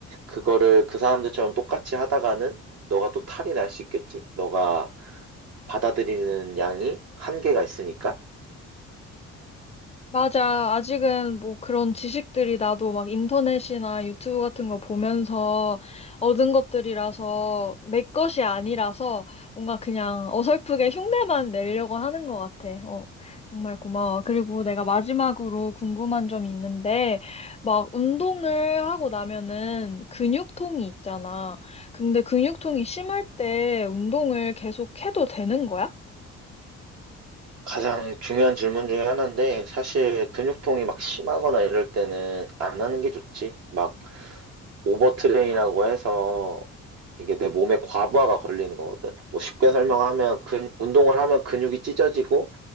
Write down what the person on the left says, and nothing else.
맞아. 아직은 뭐 그런 지식들이 나도 막 인터넷이나 유튜브 같은 거 보면서 얻은 것들이라서 내 것이 아니라서 뭔가 그냥 어설프게 흉내만 내려고 하는 것 같아. 어, 정말 고마워. 그리고 내가 마지막으로 궁금한 점이 있는데 막 운동을 하고 나면은 근육통이 있잖아. 근데 근육통이 심할 때 운동을 계속 해도 되는 거야?